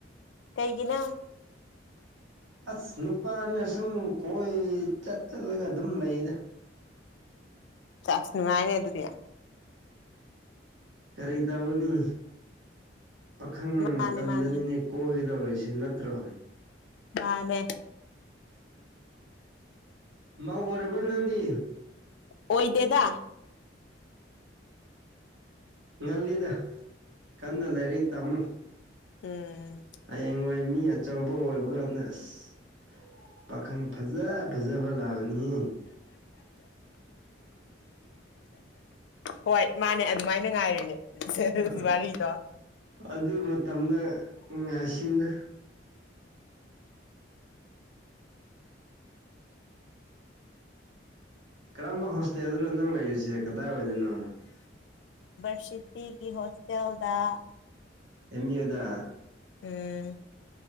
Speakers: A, on the left (about 70°); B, on the right (about 75°).
A: ꯀꯩꯒꯤꯅꯣ
B: ꯑꯁ ꯅꯨꯄꯥꯅ ꯁꯨꯝ ꯀꯣꯏ ꯆꯠ ꯆꯠꯂꯒ ꯑꯗꯨꯝ ꯂꯩꯗ
A: ꯆꯥꯛꯁ ꯅꯨꯡꯉꯥꯏꯅꯦ ꯑꯗꯨꯗꯤ
B: ꯀꯔꯤ ꯇꯧꯅꯤ ꯄꯥꯈꯪ ꯃꯇꯝꯗꯅꯤꯅꯦ
A: ꯃꯥꯅꯦ ꯃꯥꯅꯦ
B: ꯀꯣꯏꯒꯗꯧꯔꯤꯁꯦ ꯅꯠꯇ꯭ꯔꯣ
A: ꯃꯥꯅꯦ
B: ꯃ ꯑꯣꯔꯔꯕ꯭ꯔꯣ ꯅꯪꯗꯤ
A: ꯑꯣꯏꯣꯏ ꯗꯦꯗ
B: ꯉꯜꯂꯤꯗ ꯀꯟꯅ ꯂꯥꯏꯔꯤꯛ ꯇꯝꯃꯨ
A: ꯎꯝ
B: ꯍ ꯌꯦꯡꯏ ꯃꯤ ꯑꯆꯧꯕ ꯑꯣꯏꯕ ꯀꯥꯟꯗ ꯑꯁ ꯄꯥꯈꯪ ꯐꯖ ꯐꯖꯕ ꯂꯥꯛꯑ ꯅꯤ
A: ꯍꯣꯏ ꯃꯥꯅꯦ ꯑꯗꯨꯃꯥꯏꯅ ꯉꯥꯏꯔꯤꯅꯦ
B: ꯑ
A: ꯋꯥꯔꯤꯗꯣ
B: ꯑꯗꯨ ꯃꯇꯝꯗ ꯉꯥꯁꯤꯗ ꯀꯔꯝꯕ ꯍꯣꯁꯇꯦꯜꯗꯨꯅꯣ ꯅꯪ ꯂꯩꯔꯤꯁꯦ ꯀꯗꯥꯏ ꯑꯣꯏꯗꯣꯏꯅꯣ
A: ꯁꯤꯇꯤꯒꯤ ꯍꯣꯁꯇꯦꯜꯗ
B: ꯑꯦꯦꯝ ꯑꯦ ꯑꯦ ꯗ
A: ꯑ